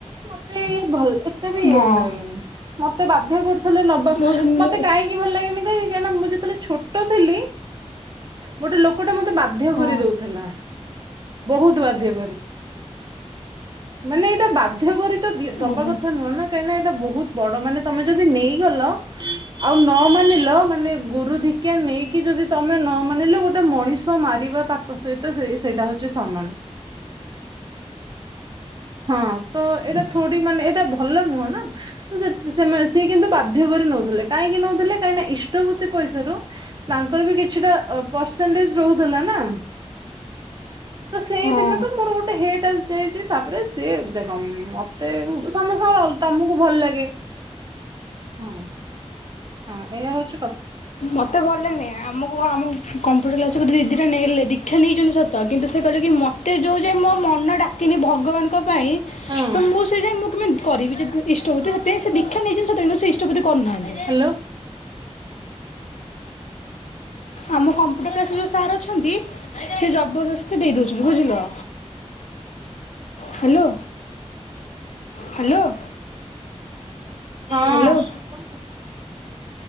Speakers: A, on the right (about 40°); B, on the left (about 80°).
A: ମତେ ଇଏ ଭଲ ଏତେ ବି ଇଏ
B: ହଁ।
A: ଲାଗେନି ମତେ ବାଧ୍ୟ କରୁଥିଲେ ନବା।
B: ମୁଁ ସେଦିନ
A: ମତେ କାହିଁକି ଭଲ ଲାଗେନି କହିବ କାଇଁକିନା ମୁଁ ଯେତେବେଳେ ଛୋଟ ଥିଲି, ଗୋଟେ ଲୋକଟା ମୋତେ ବାଧ୍ୟ
B: ହଁ।
A: କରିଦଉଥିଲା ବହୁତ ବାଧ୍ୟ କରି। ହୁଁ। ମାନେ ଏଇଟା ବାଧ୍ୟ କରି ତ ଦି ଦବା
B: ଓହୋ।
A: କଥା ନୁହଁ ନା କାହିଁକିନା ଏଇଟା ବହୁତ ବଡ ମାନେ ତମେ ଯଦି ନେଇଗଲ। ଆଉ ନ ମାନିଲ ମାନେ ଗୁରୁଧିକ୍ଷା ନେଇକି ଯଦି ତମେ ନ ମାନ। ମାନିଲ ଗୋଟେ ମଣିଷ ମାରିବା ପାକ ସହିତ ସେ ସେଇଟା ହଉଛି ସମାନ। ହଁ ତ ଏଇଟା ଥୋଡି ମାନେ ଏଇଟା ଭଲ ନୁହଁ ନା। ସି ସିଏ ମାନେ ସିଏ କିନ୍ତୁ ବାଧ୍ୟ କରି ନଉଥିଲେ କାହିଁକି ନଉଥିଲେ କାହିଁକି ନା ଇଷ୍ଟବତ୍ତି ପଇସାରୁ। ତାଙ୍କର ବି କିଛିଟା ଅ ପରସେଣ୍ଟେଜ ରହୁଥିଲା ନା। ତ ସେଇ
B: ହଁ।
A: ଦିନଠୁ ମୋର ଗୋ। ଟେ ହେଟ୍ ଆସିଯାଇଛି ତାପରେ ସିଏ ଦେଖ ମତେ ସମସ୍ତଙ୍କର ଅଲ୍ ତମକୁ ଭଲ ଲାଗେ। ହୁଁ ହୁଁ ଏଇଆ ହଉଛି କ।
B: ମତେ ଭଲ ଲାଗେନି ଆମକୁ ଆମ କମ୍ପୁଟର କ୍ଲାସର ଦିଦି। ଲେ ଦୀକ୍ଷା ନେଇଗେଲେ ଦୀକ୍ଷା ନେଇଛନ୍ତି ସତ କିନ୍ତୁ ସେ କଇଲେ କି ମତେ ଯୋଉ ଯାଏ ମୋ ମନ ଡାକିନି ଭଗବାନ। ଙ୍କ ପାଇଁ
A: ହୁଁ
B: ତ ମୁଁ ସେ ଯାଏଁ ମୁଁ କେମ। କରିବି ଯଦି ଇଷ୍ଟପତି ସେଥିପାଇଁ ସେ ଦିକ୍ଷା ନେଇଛନ୍ତି ସତ ସେ ଇଷ୍ଟପୂଜା କରୁନାହାନ୍ତି।
A: ହ୍ୟାଲୋ।
B: ଆମ କମ୍ପୁଟର କ୍ଲାସରେ ଯୋଉ ସାର୍ ଅଛନ୍ତି ସେ ଜବରଦସ୍ତି ଦେଇଦଉଛନ୍ତି ବୁଝିଲ। ହ୍ୟାଲୋ। ହ୍ୟାଲୋ।
A: ହଁ।
B: ହ୍ୟାଲୋ।